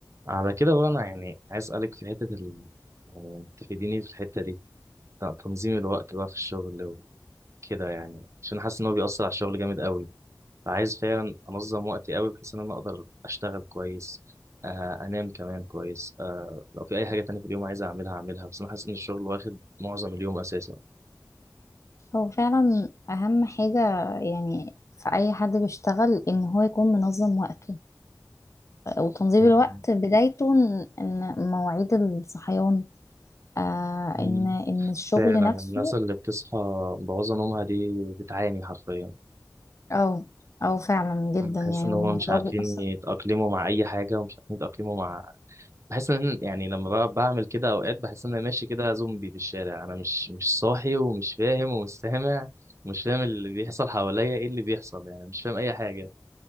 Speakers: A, on the right; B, on the left.
A: على كده بقى انا يعني عايز اسالك في حته ال... يعني تفيديني في الحته دي ت- تنظيم الوقت بقى في الشغل وكده يعني عشان حاسس ان هو بيأثر على الشغل جامد قوي فعايز فعلا انظم وقتي قوي بحيث ان انا اقدر اشتغل كويس آه انام كمان كويس آه لو في اي حاجه تانية في اليوم عايز اعملها اعملها بس انا حاسس ان الشغل واخد معظم اليوم اساسا
B: هو فعلا أهم حاجة يعني في أي حد بيشتغل إن هو يكون منظم وقته وتنظيم
A: مم.
B: الوقت بدايته إن إن مواعيد الصحيان آه
A: مم.
B: إن إن الشغل
A: فعلا
B: نفسه
A: الناس اللي بتصحى مبوظه نومها دي بتعاني حرفيا
B: أو أو فعلا جدا
A: بحس
B: يعني
A: ان
B: والموضوع
A: هم مش عارفين
B: بيأثر
A: يتأقلموا مع اي حاجه ومش عارفين يتأقلموا مع بحس ان أنا- يعني لما ب- بعمل كده اوقات بحس ان انا ماشي كده زومبي في الشارع انا مش مش صاحي ومش فاهم ومش سامع ومش فاهم اللي بيحصل حواليا ايه اللي بيحصل يعني مش فاهم اي حاجه